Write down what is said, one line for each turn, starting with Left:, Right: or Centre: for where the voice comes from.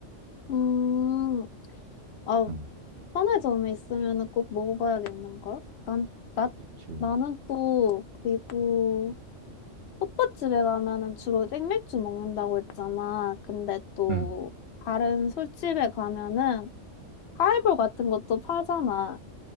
Left: 음, 아,
Right: 음
Left: 편의점에 있으면은 꼭 먹어봐야겠는걸? 난, 나,
Right: 그치.
Left: 나는 또, 그리고, 호빠 집에 가면은 주로 생맥주 먹는다고 했잖아. 근데 또
Right: 음
Left: 다른 술집에 가면은 하이볼 같은 것도 팔잖아.